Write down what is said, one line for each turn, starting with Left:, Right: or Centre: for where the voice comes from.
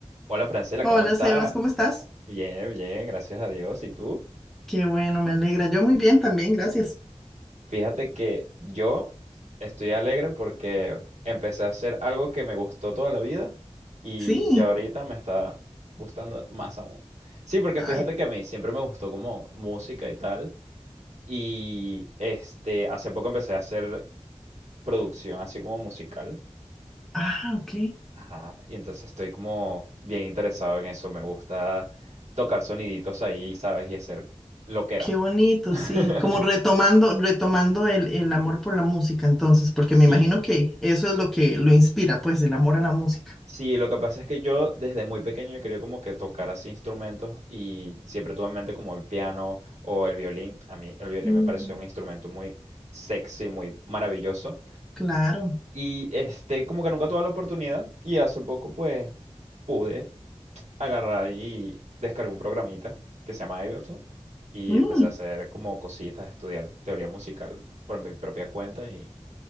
Right: Hola Francela,
Centre: Hola
Right: ¿cómo estás?
Centre: Sebas, ¿cómo estás?
Right: Bien, bien, gracias a Dios. ¿Y tú?
Centre: Qué bueno, me alegra. Yo muy bien también, gracias.
Right: Fíjate que yo estoy alegre porque empecé a hacer algo que me gustó toda la vida y
Centre: Sí.
Right: ya ahorita me está gustando más aún. Sí, porque
Centre: Ay,
Right: fíjate que a mí siempre me gustó como música y tal y este hace poco empecé a hacer producción así como musical
Centre: ah, ok.
Right: Ajá, y entonces estoy como bien interesado en eso. Me gusta tocar soniditos ahí, ¿sabes? Y hacer loqueras.
Centre: Qué bonito,
Right: <laughs>
Centre: sí. Como retomando, retomando el, el amor por la música, entonces, porque me
Right: Sí,
Centre: imagino que eso es lo que lo inspira, pues, el amor a la música.
Right: sí, lo que pasa es que yo desde muy pequeño he querido como que tocar así instrumentos y siempre tuve en mente como el piano o el violín. A mí el violín
Centre: Ujú.
Right: me pareció un instrumento muy sexy, muy maravilloso.
Centre: Claro.
Right: Y este, como que nunca tuve la oportunidad y hace poco pues pude. agarrar y descargué un programita que se llama Ableton y
Centre: Mm,
Right: empecé a hacer como cositas, estudiar teoría musical por mi propia cuenta y